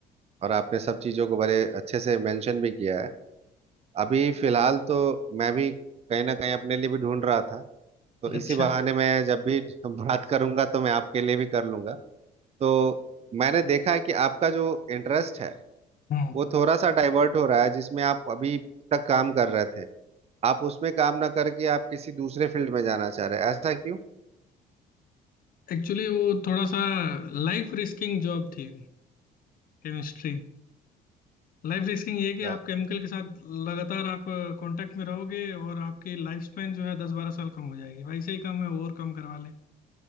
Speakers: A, on the right; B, on the left.
A: और आपने सब चीज़ों को बड़े अच्छे से मेंशन भी किया है अभी फिलहाल तो मैं भी कहीं ना कहीं अपने लिए भी ढूंढ रहा था तो
B: अच्छा
A: इसी बहाने मैं जब भी <laughs> बात करूंगा तो मैं आपके लिए भी कर लूंगा तो मैंने देखा है कि आपका जो इंटरेस्ट है
B: हम्म
A: वो थोड़ा सा डाइवर्ट हो रहा है जिसमें आप अभी तक काम कर रहे थे आप उसमें काम ना करके आप किसी दूसरे फील्ड में जाना चाह रहे हैं ऐसा क्यों
B: एक्चुअली वो थोड़ा सा लाइफ रिस्किंग जॉब थी केमिस्ट्री लाइफ रिस्किंग ये कि
A: अच्छा
B: आप केमिकल के साथ लगातार आप कांटेक्ट में रहोगे और आपकी लाइफ स्पेन जो है दस बारह साल कम हो जाएगी भाई से ही कम है और कम करवा लें